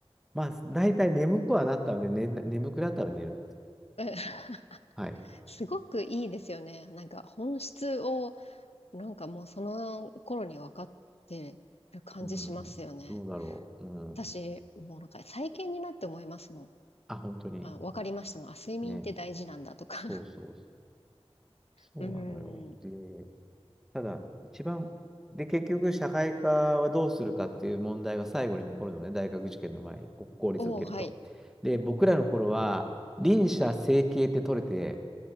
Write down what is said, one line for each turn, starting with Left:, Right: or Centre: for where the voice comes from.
Centre: まあ、大体眠くはなったので、ね、眠くなったら寝るって。
Left: ん <laughs>
Centre: はい。
Left: すごくいいですよね。なんか本質を、なんかもうその頃に分かってる感じしますよね。
Centre: うん。どうだろう。うん。
Left: 私、もうなんか最近になって思いますもん。
Centre: あ、本当に。
Left: あ、分かりましたもん。あ、睡眠って大事なんだとか。
Centre: ね。そうそうそう。そうなのよ。
Left: <laughs> う
Centre: で、
Left: ん。
Centre: ただ、一番、で、結局、社会科はどうするかっていう問題が最後に残るのね。大学受験の前に、国公立を受けると。
Left: <laughs> おー、はい。
Centre: で、僕らの頃は、輪車、整形って取れて、